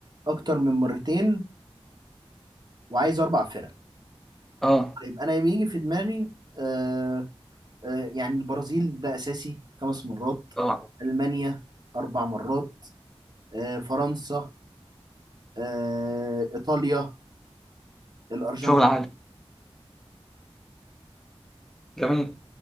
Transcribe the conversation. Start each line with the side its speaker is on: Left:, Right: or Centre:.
Right: اكتر من مرتين وعايز اربع فرق
Centre: أه
Right: طيب انا يجي في دماغي آه، آه، يعني البرازيل ده أساسي خمس مرات
Centre: طبعا
Right: ألمانيا أربع مرات آه، فرنسا آه، إيطاليا الأرجنتين
Centre: شغل عالي جميل